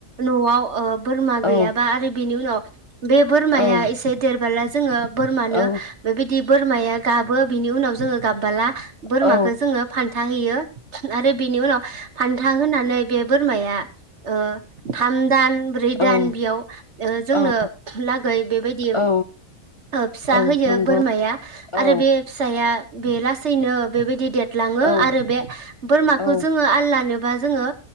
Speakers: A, on the right; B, on the left.
A: न'आव ओ बोरमा गैयाबा
B: औ
A: आरो बिनि उनाव बे बोरमाया
B: औ
A: एसे देरबोला जोङो बोरमानो
B: औ
A: बेबायदि बोरमाया गाबो बिनि उनाव जोङो गाबबोला बोरमाखो
B: औ
A: जोङो फान थाहैयो आरो बिनि उनाव फान्था होनानै बे बोरमाया ओ थामदान ब्रै
B: औ
A: दान बेयाव ओ जोंनो
B: औ
A: लागै बेबायदि ओ
B: औ
A: फिसा
B: औ
A: होयो
B: नंगौ
A: बोरमाया आरो
B: औ
A: बे फिसाया बे लासेैनो बेबायदि देरलांङो
B: औ
A: आरो बे बोरमाखौ
B: औ
A: जोंङो आल लानोबा जोंङो